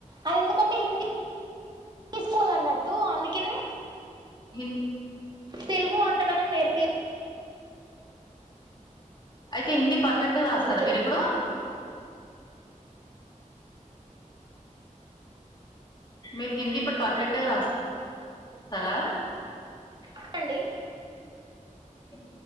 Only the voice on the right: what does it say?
అది ఎందుకంటే హిందీ స్కోవల్ అన్నట్టు అందుకనే
తెలుగు అంతగనం నేర్పి
అందుకనే
చెప్పండి